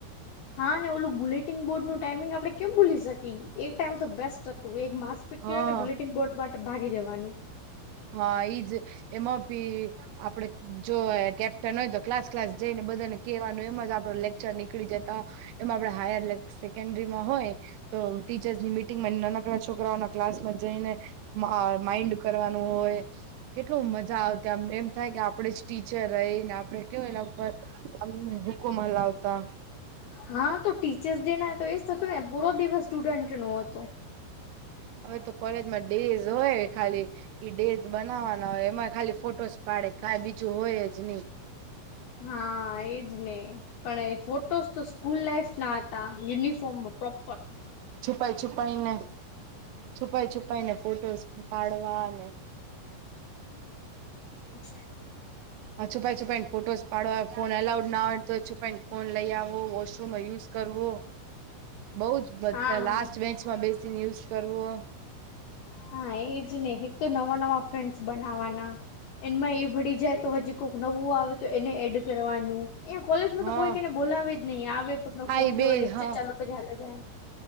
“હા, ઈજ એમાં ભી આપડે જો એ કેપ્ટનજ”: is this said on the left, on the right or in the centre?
Right